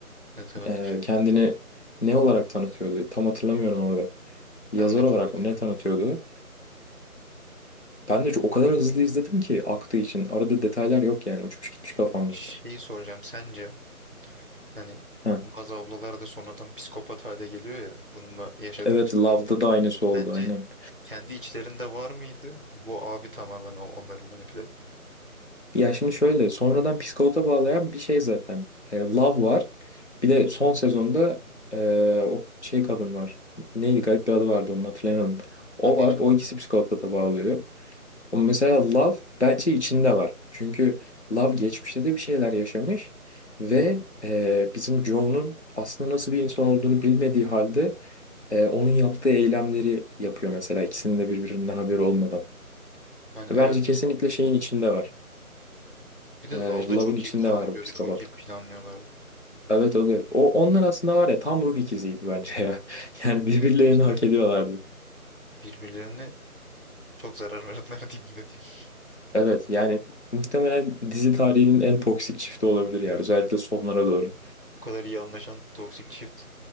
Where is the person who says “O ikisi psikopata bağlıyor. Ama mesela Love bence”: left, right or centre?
Left